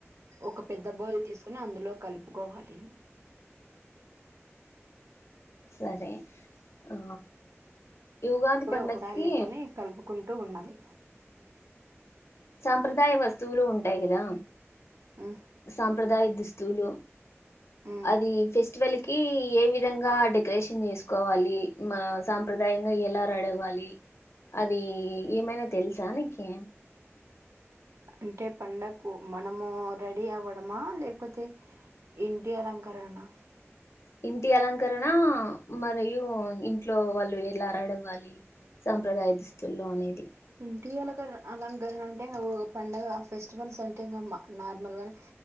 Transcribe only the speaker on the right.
ఒక పెద్ద బౌల్ తీసుకొని అందులో కలుపుకోవాలి
ఒకసారి వేసుకొని కలుపుకుంటూ ఉండాలి
ఉమ్
ఉమ్
అంటే పండక్కు మనము రెడీ అవ్వడమా లేకపోతే ఇంటి అలంకారనామా
ఇంటి అలకరణ అలంకరణ అంటే ఇంకా పండగ ఫెస్టివల్స్ అంటే ఇంకా మా నార్మల్గానే